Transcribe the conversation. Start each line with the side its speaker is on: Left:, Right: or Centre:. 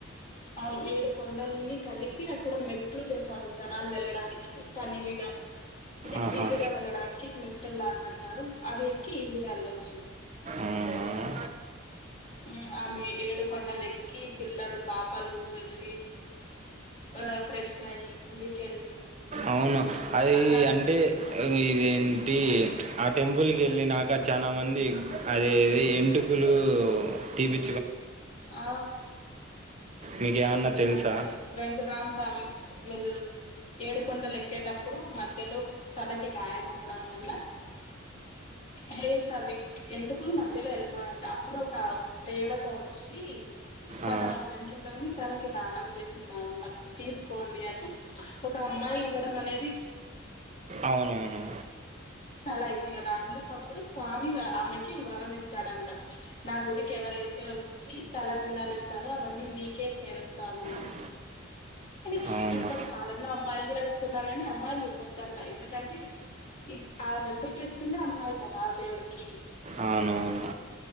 Left: అవు ఏడు కొండల్ని కలిపి అక్కడ మెట్లు చేసారు జనాలు వెళ్ళడానికి తనివిగా. అంటే
Right: ఆహా
Left: ఈజీగా వెళ్ళడానికి మె తెలాగ బెట్టారు అవి ఎక్కి ఈజీగా వెళ్లొచ్చు
Right: అవునా
Left: మ్మ్ ఆ మీ ఏడుకొండలు ఎక్కి పిల్లలు పాపలు వెళ్ళి ఆ ఫ్రెష్ అయి గుడికెళ్ళి.
Right: అవును అది
Left: అన్న
Right: అంటే ఈ ఇదేంటి ప్చ్ ఆ టెంపుల్కి వెళ్ళినాక చాలా మంది అదే ఎంటుకలు తీపి.
Left: ఆ
Right: మీకేమన్నా
Left: అది ఎందుకంటే
Right: తెలుసా
Left: వెంకట్రామ స్వామి వెళ్ళు ఏడుకొండలు ఎక్కేటప్పుడు మధ్యలో తలకి గాయం అవ్వడం వల్ల హెయిర్సవి ఎందుకు మధ్యలో వెళ్ళిపోయంట, అప్పుడు ఒక దేవత వ చ్చి తన
Right: ఆ
Left: వెంట్రుకల్ని తనకి దానం చేసిందంట తీసుకోండి అంటే ఒక అమ్మాయి ఇవ్వడం అనేది.
Right: అవును అవును
Left: చాలా ఇది కదా అందుకప్పుడు స్వామి ఆమెకి వరం ఇచ్చాడంట నా గుడికి ఎవరైతే వచ్చి తల నీలాలు ఇస్తారో అవన్నీ నీకే చేరుస్తాను అని
Right: ఆ
Left: కనీ
Right: అవునా
Left: ఇప్పటి కాలంలో అమ్మాయిలు కూడా ఇస్తున్నారు, కాని అమ్మాయిలు ఇవ్వద్దంట ఎందుకంటే, ఇ ఆ వెంటుకలిచ్చిందే అమ్మాయి కదా దేవుడికి
Right: అవునవును.